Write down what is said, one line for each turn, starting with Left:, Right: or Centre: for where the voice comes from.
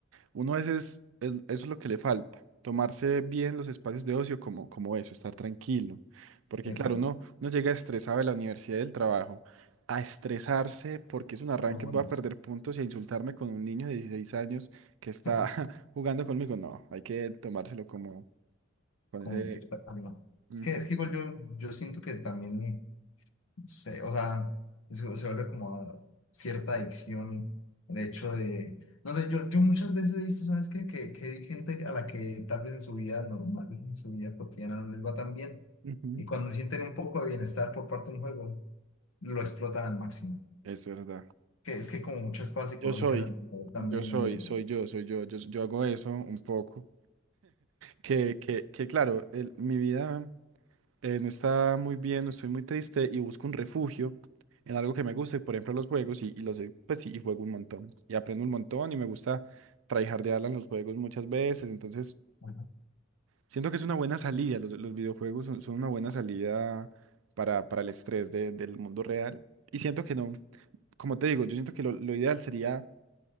Right: uno a veces es- eso es lo que le falta, tomarse bien los espacios de ocio como, como eso, estar tranquilo. Porque
Left: Epa,
Right: claro, uno, uno llega estresado de la universidad y del trabajo a estresarse porque es un arranque,
Left: pues bueno,
Right: voy a perder puntos y a insultarme con un niño de 16 años que está
Left: <laughs>
Right: <laughs> jugando conmigo. No, hay que tomárselo como con
Left: con
Right: ese...
Left: cierta calma.
Right: ujú,
Left: Es que, es que igual yo, yo siento que también se- o sea, se, se vuelve como a cierta adicción, el hecho de, no sé, yo, yo muchas veces he visto, ¿sabes qué? Que, que hay gente a la que tal vez en su vida normal, en su vida cotidiana no les va tan bien,
Right: ujú,
Left: y cuando sienten un poco de bienestar por parte de un juego, lo explotan al máximo.
Right: Es verdad.
Left: Que es que como muchas cosas psicológicas
Right: Yo soy,
Left: también
Right: yo soy,
Left: de...
Right: soy yo, soy yo, yo, yo hago eso un poco. que, que, que claro, el- mi vida eh, no está muy bien, no estoy muy triste y busco un refugio en algo que me guste, por ejemplo, los juegos y, y los, he- pues sí, y juego un montón y aprendo un montón y me gusta tryhardearla en los juegos muchas veces, entonces
Left: Ajá.
Right: siento que es una buena salida, los, los videojuegos son, son una buena salida para, para el estrés de- del mundo real y siento que no, como te digo, yo siento que lo, lo ideal sería